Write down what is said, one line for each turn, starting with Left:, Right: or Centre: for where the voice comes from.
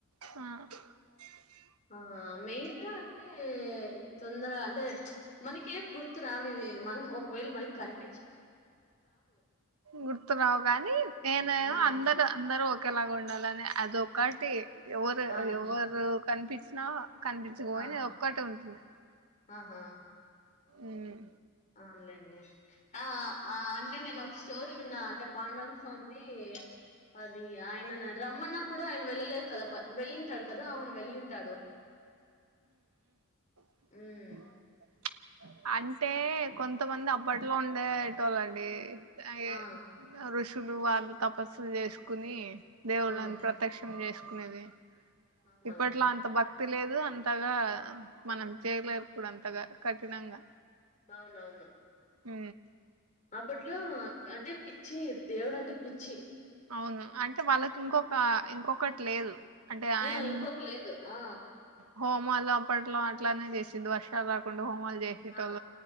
Right: ఆ
Left: ఆ మెయిన్గా అంటే తొందరగా అంటే మనకేఏం గుర్తురావివి మనం ఒకవేళ మనకి కనెక్
Right: గుర్తున్నావు కానీ నేను
Left: ఆ!
Right: ఏమో అందరు అందరు ఒ ఒకే లాగ ఉండాలని అది ఒకటి ఎవరు
Left: అవును.
Right: ఎవరు కనిపించినా కనిపించపోయినా
Left: ఆ!
Right: అది ఒక్కటి ఉంటుంది
Left: ఆహా
Right: ఉమ్
Left: అవునులెండి ఆ ఆ అంటే నేను ఒక స్టోరీ న్న అంటే పాండురంగ స్వామిది అదయ్య అయన రమ్మన్నా కూడా ఆయన వెళ్ళలేేదు కదా ప వెళ్లింటాడు కదా అవును వెళ్ళింటాడు
Right: అ
Left: హ్మ్.
Right: అంటే కొంతమంది అప్పట్లో ఉండేటోళ్ళండి ఐ
Left: ఆ!
Right: ఋష్ లు వాళ్ళు తపస్సులు చేసుకుని దేవుళ్ళని
Left: హ్మ్.
Right: ప్రత్యక్షం చేస్ ఏది
Left: అవునవును.
Right: ఇప్పట్లో అంత భక్తి తెలిదు అంతగా మనం చేయలేరు కూడా అంతగా కట్నాంగా
Left: అవునవును
Right: హ
Left: అప్పట్లో అంటే పిచ్చి దేవుడు అంటే పిచ్చి
Right: అవును అంటే వాళ్ళకి ఇంకొక ఇంకొకటి లేదు అంటే ఆయన
Left: ఏ ఇంకొక లేదు ఆ
Right: హోమాలు అప్పట్లో అట్లానే చేసది వర్షాలు రాకుండా హో చేసేటో
Left: ఆ